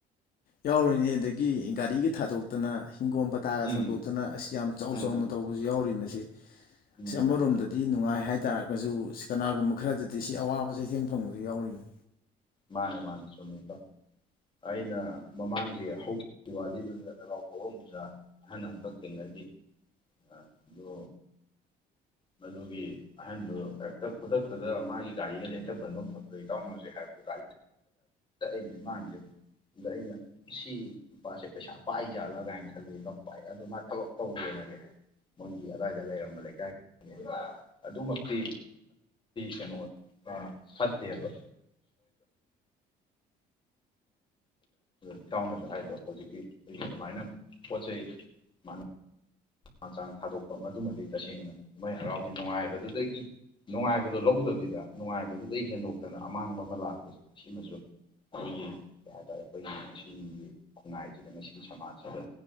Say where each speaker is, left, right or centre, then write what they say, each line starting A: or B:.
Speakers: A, on the left; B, on the left.
A: ꯌꯥꯎꯔꯤꯅꯦ ꯑꯗꯒꯤ ꯒꯥꯔꯤꯒꯤ ꯊꯥꯗꯣꯛꯇꯅ ꯍꯤꯡꯒꯣꯝ ꯄꯇꯥꯒ
B: ꯎꯝ
A: ꯊꯝꯗꯣꯛꯇꯨꯅ ꯑꯁꯤ ꯌꯥꯝ ꯆꯥꯎ
B: ꯎꯝ
A: ꯆꯥꯎꯅ ꯇꯧꯕꯁꯨ ꯌꯥꯎꯔꯤ ꯃꯁꯤ
B: ꯎꯝ
A: ꯑꯁꯤ ꯑꯃꯔꯣꯝꯗꯗꯤ ꯅꯨꯡꯉꯥꯏ ꯍꯥꯏꯇꯥꯥꯔꯒꯁꯨ ꯑꯁꯤ ꯀꯅꯥꯒꯨꯝꯕ ꯈꯔꯗꯗꯤ ꯁꯤ ꯑꯋꯥꯕ ꯆꯩꯊꯦꯡ ꯐꯪꯕꯁꯨ ꯌꯥꯎꯔꯤꯅꯤ
B: ꯃꯥꯅꯦ ꯃꯥꯅ ꯆꯨꯝꯃꯦ ꯏꯇꯥꯎ ꯑꯩꯅ ꯃꯃꯥꯡꯒꯤ ꯍꯧꯈꯤꯕ ꯗꯤꯋꯥꯂꯤꯗꯨꯗꯨꯗ ꯂꯒꯥꯎ ꯍꯧꯔꯝꯖꯥ ꯑꯍꯟ ꯑꯃꯈꯛ ꯊꯦꯡꯅꯈꯤ ꯑꯗꯣ ꯃꯗꯨꯒꯤ ꯑꯍꯟꯗꯨ ꯍꯦꯛꯇ ꯈꯨꯗꯛꯇꯨꯗ ꯃꯥꯒꯤ ꯒꯥꯔꯤꯒꯗꯤ ꯍꯦꯛꯇ ꯟꯐꯧ ꯐꯝꯗꯣꯏ ꯏꯇꯥꯎꯅ ꯍꯧꯖꯤꯛ ꯍꯥꯏꯕ ꯒꯥꯔꯤ <inaudible> ꯆ ꯑ ꯅꯨ ꯏꯠꯃꯥꯡꯁꯤꯦꯗ ꯑꯗꯨꯗ ꯑꯩꯅ ꯁꯤ ꯅꯨꯄꯥꯁꯦ ꯄꯩꯁꯥ ꯄꯥꯏꯖꯥꯜꯂ ꯀꯥꯏꯅ ꯈꯜꯂꯦ ꯄꯥꯏ ꯑꯗꯨ ꯃꯥ ꯊꯕꯛ ꯇꯧꯦꯅꯗꯤ ꯍꯥꯏ ꯃꯣꯏꯒꯤ ꯑꯗꯨꯗꯥꯋꯥꯏꯗ ꯂꯩꯔꯝꯕ ꯂꯩꯀꯥꯏꯒꯤ ꯑꯗꯨꯃꯛꯇꯤ ꯀꯩꯅꯣ ꯐꯠꯇꯦꯕ ꯏꯇꯥꯎꯅꯁꯨ ꯍꯥꯏꯗꯣ ꯍꯧꯖꯤꯛꯀꯤ ꯑꯩꯁꯨ ꯑꯗꯨꯃꯥꯏꯅ ꯄꯣꯠ ꯆꯩꯥ ꯃꯥꯡ ꯃꯥꯟꯆꯥꯡ ꯊꯥꯗꯣꯛꯄ ꯃꯗꯨꯃꯗꯤ ꯇꯁꯦꯡꯅ ꯀꯨꯝꯃꯩ ꯍꯔꯥꯎꯒꯤ ꯅꯨꯡꯉꯥꯏꯕꯗꯨꯗꯒꯤ ꯅꯨꯡꯉꯥꯏꯕꯗꯣ ꯂꯧꯗꯕꯤꯗ ꯅꯨꯡꯉꯥꯏꯕꯗꯨꯗꯒꯤꯩ ꯍꯦꯟꯗꯣꯛꯇꯅ ꯑꯃꯥꯡꯕ ꯑꯃ ꯂꯥꯛꯄꯁꯦ ꯁꯤꯃꯁꯨ ꯑꯩꯈꯣꯏꯒꯤ ꯀꯩ ꯍꯥꯏꯇꯥꯔꯦ ꯑꯩꯈꯣꯏꯒꯤ ꯉꯁꯤꯒꯤ ꯈꯨꯟꯅꯥꯏꯁꯤꯗ ꯉꯁꯤꯒꯤ ꯁꯃꯥꯖꯁꯤꯗ